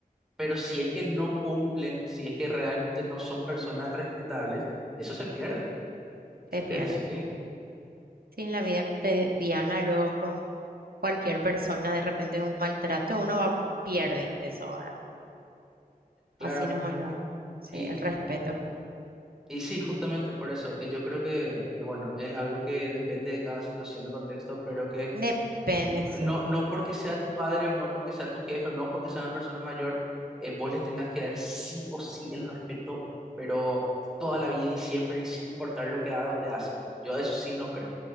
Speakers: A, in the centre; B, on the right.
A: pero si es que no cumplen, si es que realmente no son personas respetables, eso se pierde,
B: se
A: se pierde,
B: pierde.
A: sí, sí,
B: Sí, en la vida cotidiana, luego con cualquier persona, de repente un maltrato, uno va, pierde eso ahora.
A: claro.
B: Así nomás lo. Sí,
A: Y,
B: el respeto.
A: y sí, justamente por eso, eh, yo creo que, que, bueno, es algo que depende de cada situación, el contexto, pero que
B: Depende,
A: n-
B: sí.
A: no, no porque sea tu padre o no porque sea tu jefe o no porque sea una persona mayor, eh, vos le tengas que dar sí o sí el respeto, pero toda la vida y siempre y sin importar lo que haga o te hacen, ¿verdad? Yo eso sí no creo.